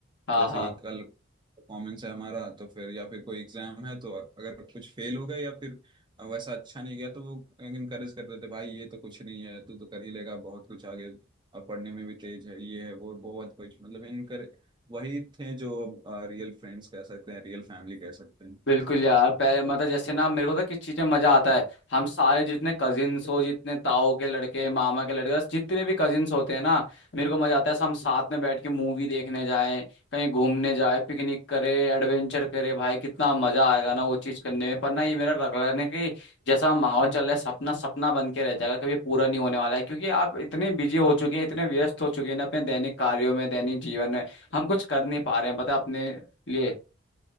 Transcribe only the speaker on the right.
जैसे
कि कल परफॉर्मेंस है हमारा तो फिर या फिर कोई एग्जाम है तो अगर कुछ फेल हो गए या फिर अब वैसा अच्छा नहीं गया तो वो इनकरेज करते थे भाई ये तो कुछ नहीं है तू तो कर ही लेगा बहुत कुछ आगे अब पढ़ने में भी तेज है ये है वो बहुत कुछ मतलब इनकर वही थे जो रियल फ्रेंड्स कह सकते हैं रियल फैमिली कह सकते हैं
हम्म।